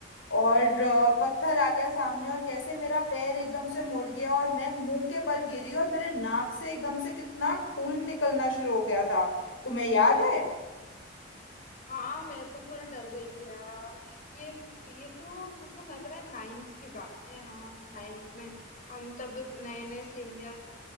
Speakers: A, on the left (about 80°); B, on the left (about 45°).
A: और अ, पत्थर आ गया सामने और कैसे मेरा पैर एकदम से मुड़ गया और मैं मुंह के बल गिरी और मेरे नाक से एकदम से कितना खून निकलना शुरू हो गया था तुम्हें याद है
B: हाँ मैं तो पूरा डर गई थी यार ये ये तो मुझे लग रहा है नाइन्थ की बात है हाँ नाइन्थ में हम तब नए नए सीनियर